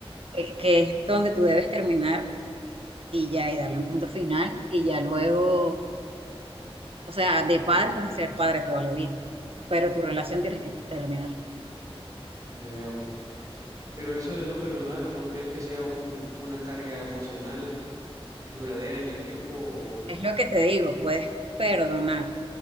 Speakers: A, on the right (about 65°); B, on the right (about 35°).
A: eh, que es donde tú debes terminar y ya, y darle un punto final, y ya luego, o sea, de padre vas a ser padre toda la vida, pero tu relación tienes que terminar.
B: ya veo. Pero eso de no perdonar, ¿no crees que sea un, una carga emocional duradera en el tiempo? O...
A: Es lo que te digo, puedes perdonar,